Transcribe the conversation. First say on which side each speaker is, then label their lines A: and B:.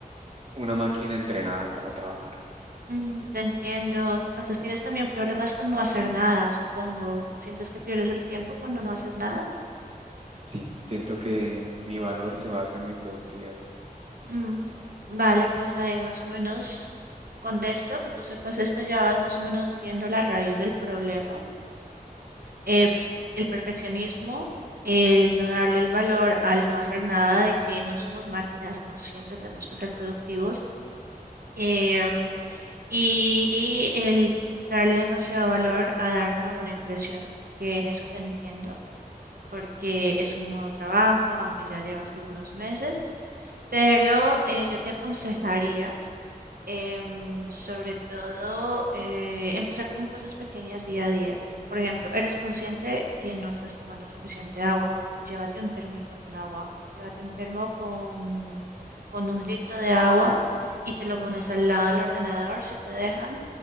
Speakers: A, on the right (about 40°); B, on the right (about 75°).
A: una máquina entrenada para trabajar.
B: Mm, te entiendo. Entonces tienes también problemas con no hacer nada, supongo. ¿Sientes que pierdes el tiempo cuando no haces nada?
A: Sí, siento que mi valor se basa en mi productividad.
B: Mm, Vale, pues ahí más o menos con esto, que tú sepas esto, ya vas más o menos viendo la raíz del problema. Eh, el perfeccionismo, el no darle el valor al no hacer nada, de que no somos máquinas, no siempre tenemos que ser productivos. em, y el darle demasiado valor a dar una buena impresión, que en eso te entiendo, porque es un nuevo trabajo, aunque ya llevas algunos meses, pero eh, yo te aconsejaría em, sobre todo, eh, empezar con cosas pequeñas día a día. Por ejemplo, eres consciente que no estás tomando suficiente agua. Llévate un termito con agua. Llévate un termo con, con un litro de agua y te lo pones al lado del ordenador si te dejan.